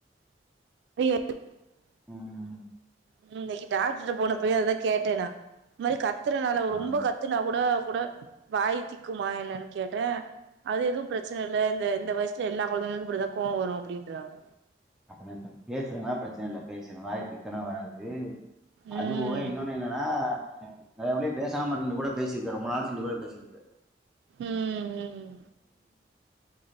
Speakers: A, on the right (about 75°); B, in the centre.
A: <unintelligible>
B: ம்
A: ம் இன்னக்கி டாக்ட்ருகிட்ட போனப்பயு அதுதா கேட்ட நா இந்த மாரி க த்துறனால
B: ஆ.
A: ரொம்ப கத்துனா கூட கூட வாய் திக்குமா என்னன்னு கேட்டே அது எதுவு பிரச்சன இல்ல இந்த இந்த வயசுல எல்லா கொழந்தைங்களுக்கு இப்பிடிதா கோவோ வரு அப்டின்றாங்க
B: அப்பனா இப்ப பேசுதுன்னா பிரச்சன இல்ல பேசிரு வாய் திக்கல்லா வராது
A: ம்
B: அது போக இன்னொன்னு என்னன்னா நெறைய புள்ளைக பேசாம இருந்து கூட பேசிருக்கு ரொம்ப நாள் சேந்து கூட பேசிருக்கு
A: ம் ம்